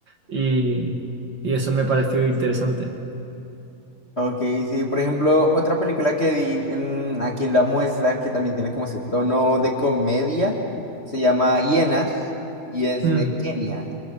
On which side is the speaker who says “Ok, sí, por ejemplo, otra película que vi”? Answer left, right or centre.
Left